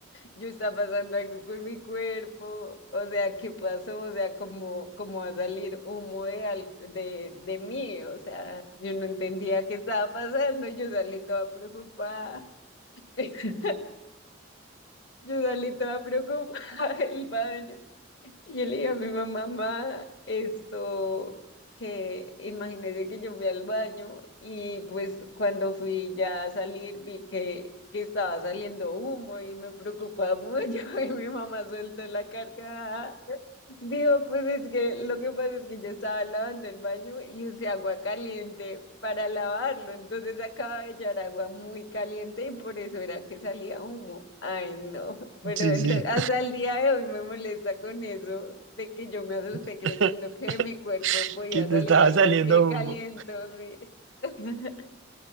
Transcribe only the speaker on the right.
Sí,
sí.
<laughs>
Que te
estaba
saliendo
humo.